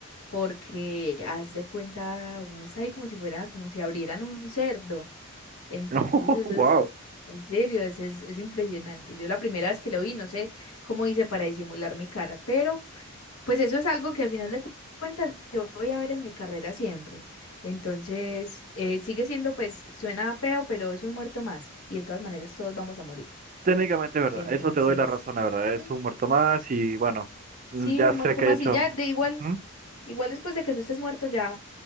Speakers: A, on the left (about 80°); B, on the right (about 35°).
A: porque haz de cuenta, uno está ahí como si fuera, como si abrieran un cerdo. Entonces
B: <laughs>
A: eso
B: wow.
A: es, en serio, eso es, es impresionante. Yo la primera vez que lo vi, no sé cómo hice para disimular mi cara, pero pues eso es algo que al final de cu- cuentas yo voy a ver en mi carrera siempre. Entonces eh, sigue siendo, pues suena feo, pero es un muerto más y de todas maneras todos vamos a morir.
B: Técnicamente es verdad.
A: Entonces,
B: Eso te doy la razón, la verdad.
A: Mm.
B: Es un muerto más y bueno, mm,
A: sí,
B: ya
A: un
B: sé
A: muerto
B: que
A: más
B: he hecho.
A: y ya, de igual,
B: Ujú.
A: igual después de que tú estés muerto ya,